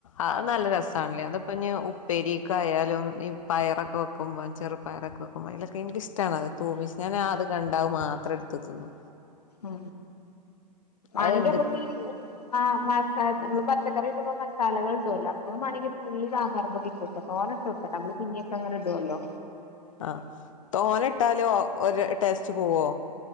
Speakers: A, on the left; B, on the left.
A: അത് നല്ല രസണല്ലേ അതപ്പ ഇനി ഉപ്പേരിക്കെ ആയാലും- ഈ പയറൊക്കെ വെക്കുമ്പോം ചെറുപയറൊക്കെ വെക്കുമ്പോൾ ഇതിലൊക്കെ എനക്ക്ഷ്ടണ അത് തൂമിച്ച് ഞാൻ അത് കണ്ടഅത് മാത്രം എടുത്ത്ന്നു
B: ആ വാണിക
A: അതെന്തൊക്കെ
B: ബുക്കി മാ മാസ നമ്മള് പച്ചക്കറി ഇട്ടുമമ്പോ മസാലകൾ ഇണ്ടാവല്ലോ അപ്പോും മണങ്കി പുള്ളി സാമ്പാറ പൊടി ഇട്ട് ഇട്ട തോ ഇട്ട ഇടുട്ട നമ്മള് പിഞ്ഞൊക്കെങ്ങെ ഇടുല്ലോ
A: ആ തോനെ ഇട്ടാലോ ഒരു- ഇന്ന് പോവോ?